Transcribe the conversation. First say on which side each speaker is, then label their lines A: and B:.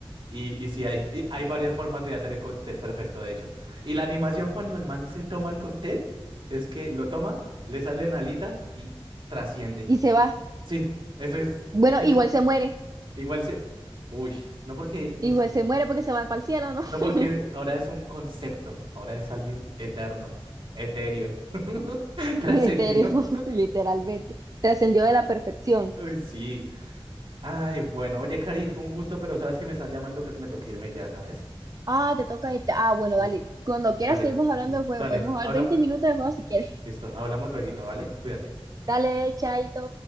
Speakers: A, on the right; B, on the right.
A: y, y sí hay, y hay varias formas de hacer el cóctel perfecto, de hecho. Y la animación cuando el man se toma el cóctel es que lo toma, le salen alitas y trasciende.
B: Y se va.
A: Sí, eso es,
B: Bueno,
A: eso
B: igual
A: es-
B: se muere.
A: igual se, uy, no porque, uf,
B: Igual se muere porque se va para el cielo, ¿no? <laughs>
A: no porque ahora es un concepto, ahora es alguien eterno, etéreo, <laughs> trascendió.
B: Mi etéreo, <laughs> literalmente. Trascendió de la perfección.
A: Uy, sí. Ay, bueno, oye, Cari, fue un gusto, pero sabes que me están llamando, creo que me toca irme ya, ¿sabes?
B: Ah, te toca irte. Ah, bueno,
A: Sí.
B: dale. Cuando quieras
A: Dale,
B: seguimos hablando
A: lis-
B: de juego.
A: dale,
B: Podemos jugar
A: hablamos,
B: 20 minutos de juego si quieres.
A: listo, hablamos luego, ¿vale? Cuídate.
B: Dale, chaito.